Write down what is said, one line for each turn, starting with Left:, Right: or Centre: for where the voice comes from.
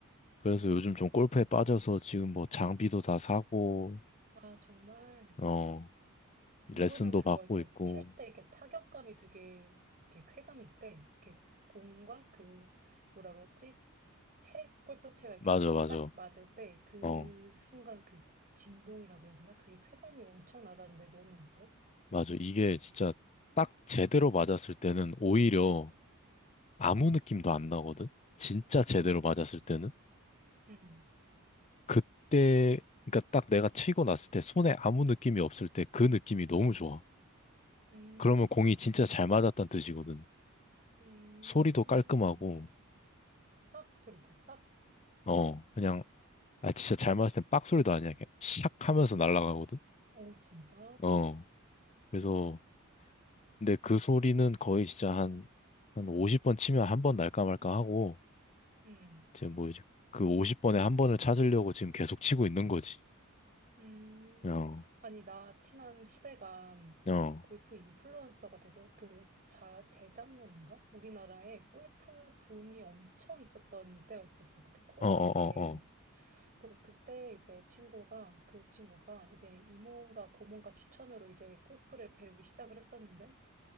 Left: 그래서 요즘 좀 골프에 빠져서 지금 뭐 장비도 다 사고,
Right: 아, 정말.
Left: 어, 레슨도
Right: 누구는 그거
Left: 받고
Right: 이렇게
Left: 있고.
Right: 칠 때 이렇게 타격감이 되게 이렇게 쾌감이 있대. 이렇게 공과 그 뭐라 그랬지? 채? 골프채가 이렇게
Left: 맞아, 맞아.
Right: 딱 맞을 때 그
Left: 어.
Right: 순간 그 진동이라 그래야 되나? 그게 쾌감이 엄청 나다는데 너는 어때?
Left: 맞아. 이게 진짜 딱 제대로 맞았을 때는 오히려 아무 느낌도 안 나거든? 진짜 제대로
Right: 음,
Left: 맞았을 때는?
Right: 음,
Left: 그때, 그러니까 딱 내가 치고 났을 때 손에 아무 느낌이 없을 때 그 느낌이 너무 좋아.
Right: 음,
Left: 그러면
Right: 그렇구나.
Left: 공이 진짜 잘 맞았다는 뜻이거든.
Right: 음,
Left: 소리도 깔끔하고,
Right: 빡 소리쳐, 빡.
Left: 어, 그냥, 아, 진짜 잘 맞았을 땐 빡 소리도 아니야. 그냥 샥 하면서 날아가거든?
Right: 오, 진짜?
Left: 어, 그래서, 근데 그 소리는 거의 진짜 한, 한 50번 치면 한 번 날까 말까 하고,
Right: 음.
Left: 지금 뭐 이제 그 50번에 한 번을 찾으려고 지금 계속 치고 있는 거지.
Right: 음,
Left: 어,
Right: 아니, 나 친한 후배가
Left: 어, 어,
Right: 골프 인플루언서가 돼서 그 자, 재작년인가? 우리나라에 골프 붐이 엄청 있었던 때가 있었어. 그때 코로나
Left: 어, 어,
Right: 때.
Left: 어.
Right: 그래서 그때 이제 친구가, 그 친구가 이제 이모가 고모가 추천으로 이제 골프를 배우기 시작을 했었는데